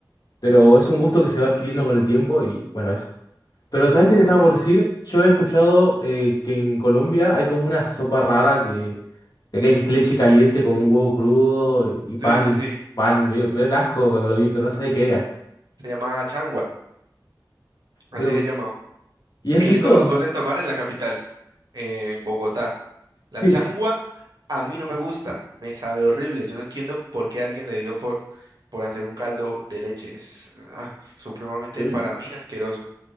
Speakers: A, on the left (about 60°); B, on the right (about 65°).
A: Pero es un gusto que se va adquiriendo con el tiempo y bueno, eso. Pero ¿sabes qué te
B: Ok,
A: estaba por decir? Yo he escuchado eh, que en Colombia hay como una sopa rara que, que es leche caliente con un huevo crudo y
B: Sí,
A: pan,
B: sí, sí.
A: pan, me dio me dio un asco cuando lo vi, pero no sé qué era.
B: Se llama changua, así
A: Pero
B: se llama.
A: Y es
B: Eso
A: rico.
B: lo suelen tomar en la capital, en Bogotá. La
A: <laughs>
B: changua a mí no me gusta, me sabe horrible. Yo no entiendo por qué alguien le dio por, por hacer un caldo de leche. Es ah, supremamente
A: Uy.
B: para mí asqueroso.